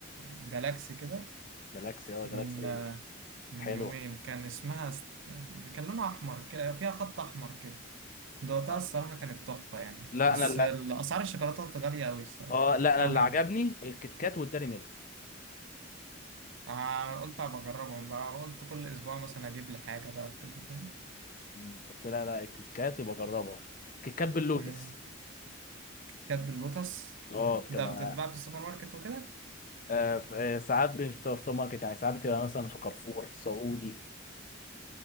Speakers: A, on the right; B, on the left.
A: جالاكسي كده
B: جالاكسي اه
A: من
B: جالاكسي
A: من
B: حلو
A: يومين كان اسمها س- كان لونها احمر ك- فيها خط احمر كده دوقتها
B: آه.
A: الصراحه كانت تحفه يعني
B: لا
A: بس
B: انا لا
A: اسعار الشوكولاته غاليه قوي الصراحه
B: اه لا انا
A: قوي
B: اللي عجبني الكيت كات والداري ميلك
A: آه، قلت ابقى اجربهم بقى قلت كل اسبوع مثلا اجيب لي حاجه بقى وكده فاهم
B: مم. قلت لها لا الكيكات يبقى جربها كيكات باللوتس
A: مم. كانت باللوتس
B: اه مم. بتبقى
A: ده بتتباع في السوبر ماركت وكده
B: آه ف- آه، ساعات مش بتبقى في سوبر ماركت يعني ساعات بتبقى مثلا في كارفور سعودي